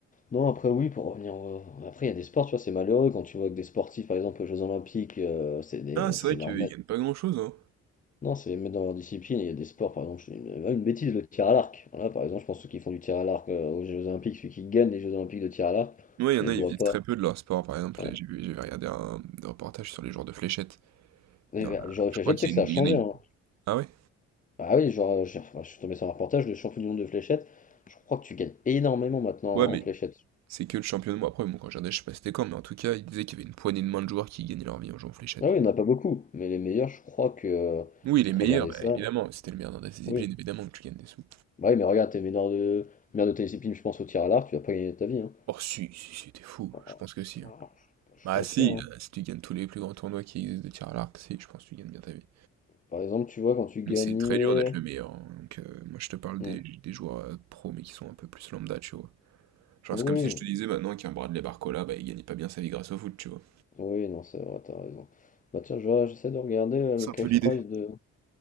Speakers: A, on the left; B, on the right.
A: non, après oui, pour revenir, euh, après il y a des sports, tu vois, c'est malheureux quand tu vois que des sportifs, par exemple aux Jeux Olympiques, euh, c'est des,
B: Ah, c'est
A: c'est
B: vrai
A: leur
B: qu'ils gagnent pas grand-chose, hein.
A: Non, c'est les mettre dans leur discipline. Il y a des sports, par exemple, je fais une, une bêtise, le tir à l'arc. Voilà, par exemple, je pense que ceux qui font du tir à l'arc euh, aux Jeux Olympiques, celui qui gagne les Jeux Olympiques de tir à l'arc
B: Ouais, il y
A: ne
B: en a,
A: doit
B: ils vivent
A: pas.
B: très peu de leur sport. Par exemple,
A: ouais.
B: j'ai vu, j'avais regardé un, un reportage sur les joueurs de fléchettes.
A: Mais,
B: Il y
A: bah,
B: en a-
A: le genre de fléchette,
B: je crois qu'il
A: c'est que
B: y,
A: ça
B: a une-
A: a changé.
B: il y en a une.
A: hein.
B: Ah ouais?
A: Ah oui, genre, euh, enfin, je suis tombé sur un reportage, le champion du monde de fléchette. Je crois que tu gagnes énormément maintenant
B: Ouais,
A: en
B: mais
A: fléchette.
B: c'est que le championnat. Bon, Après, bon, quand je regardais, je sais pas si c'était quand, mais en tout cas, ils disaient qu'il y avait une poignée de main de joueurs qui gagnaient leur vie en jouant aux fléchettes.
A: Ah oui, il n'y en a pas beaucoup, mais les meilleurs, je crois que. euh,
B: Oui,
A: je
B: il est
A: vais te
B: meilleur,
A: regarder
B: bah,
A: ça.
B: évidemment. C'était le meilleur dans ta discipline,
A: Oui.
B: évidemment que tu gagnes des sous.
A: Bah oui, mais regarde, t'es meilleur de, meilleur de ta discipline, je pense, au tir à l'arc, tu vas pas gagner ta vie. Hein.
B: Oh, si, si, si, t'es fou.
A: Oh,
B: Je
A: oh,
B: pense que si.
A: oh,
B: hein.
A: Je suis
B: Bah,
A: pas
B: si,
A: sûr. hein.
B: euh, si tu gagnes tous les plus grands tournois qui existent de tir à l'arc, si, je pense que tu gagnes bien ta vie.
A: Par exemple, tu vois, quand tu gagnais.
B: Mais c'est très dur d'être le meilleur. hein. Donc, euh, moi, je te parle
A: Mm.
B: des, des joueurs euh, pro, mais qui sont un peu plus lambda, tu vois. Genre,
A: Oui,
B: c'est comme si je te disais maintenant qu'un Bradley Barcola, bah, il gagnait pas bien sa vie grâce au foot, tu vois.
A: oui, non, c'est vrai, t'as raison. Bah tiens, je vois- j'essaie de regarder euh,
B: C'est
A: le cash
B: un peu l'idée.
A: prize de.